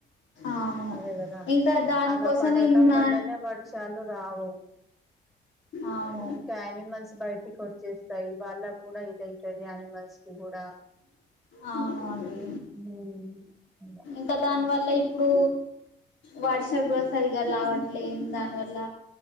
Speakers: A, on the left; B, in the centre.
A: అవును
B: అదే కదా
A: ఇంకా దానికోసం
B: అలా పడటం
A: ఏమన్నా
B: వల్లనే వర్షాలు రావు
A: అవును
B: ఇంకా యానిమల్స్ బయటికి వచ్చేస్తాయి వాళ్ళ కూడా ఇదైతుది యానిమల్స్ కి కూడా
A: అవును అండి
B: హుమ్
A: ఇంకా దాని వల్ల ఇప్పుడు వర్షం కూడా సరిగా రావట్లేం దాని వల్ల